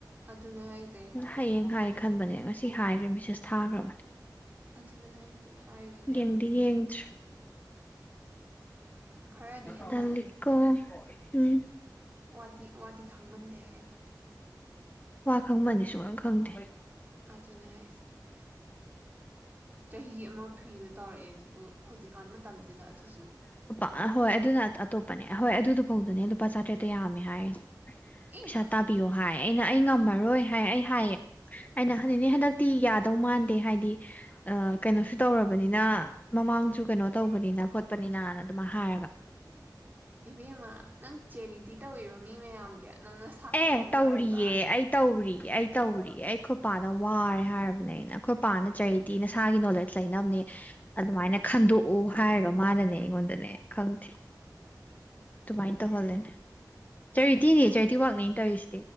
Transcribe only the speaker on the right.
ꯑꯗꯨꯅꯦ ꯍꯥꯏꯁꯦ
ꯑꯗꯨꯅꯦ ꯍꯥꯏꯁꯦ ꯍꯥꯏꯌꯨ ꯏꯕꯦꯝꯃ
ꯈꯔꯗꯤ ꯍꯦꯟꯃꯜꯂꯤ
ꯋꯥꯗꯤ ꯋꯥꯗꯤ ꯈꯪꯃꯟꯗꯦ ꯍꯥꯏꯕꯗꯤ
ꯑꯗꯨꯅꯦꯍꯥꯏꯁꯦ ꯆꯍꯤ ꯑꯃ ꯐ꯭ꯔꯤꯗ ꯇꯧꯔꯛꯑꯦ ꯑꯗꯨꯕꯨ ꯍꯧꯖꯤꯛ ꯀꯥꯟ ꯃꯇꯝꯁꯤꯗ ꯑꯗꯨꯁꯨ
ꯑꯦ
ꯏꯕꯦꯝꯃ ꯅꯪ ꯆꯦꯔꯤꯇꯤ ꯇꯧꯔꯤꯔꯣ ꯃꯤ ꯃꯌꯥꯝꯒꯤ ꯅꯪ ꯅꯁꯥꯁꯨ
ꯋꯥꯖꯔꯤꯕ